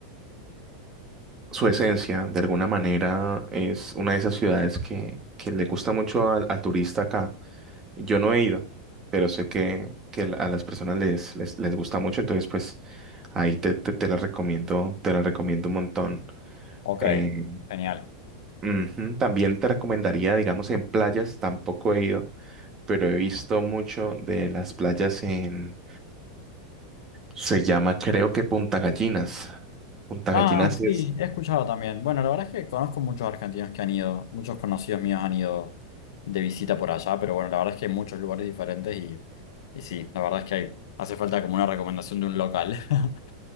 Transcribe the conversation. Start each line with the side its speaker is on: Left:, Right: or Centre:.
Right: su esencia, de alguna manera es una de esas ciudades que, que le gusta mucho al al turista acá. Yo no he ido, pero sé que, que la- a las personas les, les, les gusta mucho, entonces pues ahí te, te, te la recomiendo, te la recomiendo un montón.
Left: Ok,
Right: Eh,
Left: genial.
Right: ujú, También te recomendaría, digamos, en playas, tampoco he ido, pero he visto mucho de las playas en, se llama creo que Punta Gallinas. Punta Gallinas
Left: Ah,
Right: es,
Left: sí, he escuchado también. Bueno, la verdad es que conozco muchos argentinos que han ido, muchos conocidos míos han ido de visita por allá, pero bueno, la verdad es que hay muchos lugares diferentes Y sí, la verdad es que hay, hace falta como una recomendación de un local. <laughs>